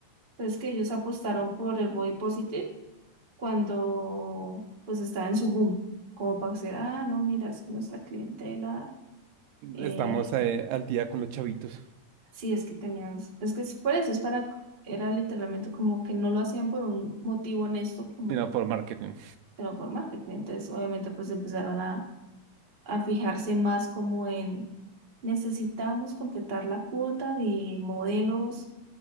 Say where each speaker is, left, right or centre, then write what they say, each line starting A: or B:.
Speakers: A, on the right; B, on the right.
A: Entonces que ellos apostaron por el body positive cuando pues estaba en su boom, como para decir, ah, no, mira, es que nuestra clientela, eh,
B: Estamos eh, al día con los chavitos,
A: sí, es que tenían, es que es por eso, es para, era literalmente como que no lo hacían por un motivo honesto, como,
B: sino por marketing.
A: pero por marketing. Entonces, obviamente, pues empezaron a, a fijarse más como en necesitamos completar la cuota de modelos